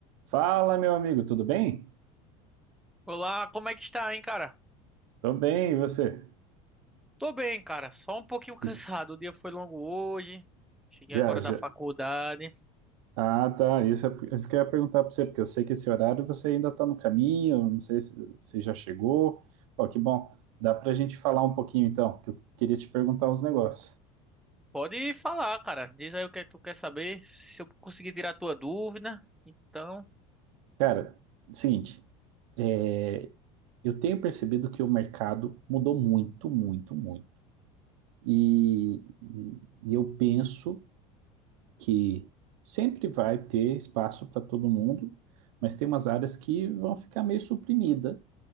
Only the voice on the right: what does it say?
Fala, meu amigo, tudo bem?
Tô bem, e você?
Ih,
Já,
já.
Ah, tá. Isso, é, isso que eu ia perguntar pra você, porque eu sei que esse horário você ainda tá no caminho, não sei se, se já chegou. Ó, que bom. Dá pra gente falar um pouquinho então, que eu queria te perguntar uns negócios.
Cara, seguinte, é, eu tenho percebido que o mercado mudou muito, muito, muito. E, e e eu penso. que sempre vai ter espaço para todo mundo, mas tem umas áreas que vão ficar meio suprimida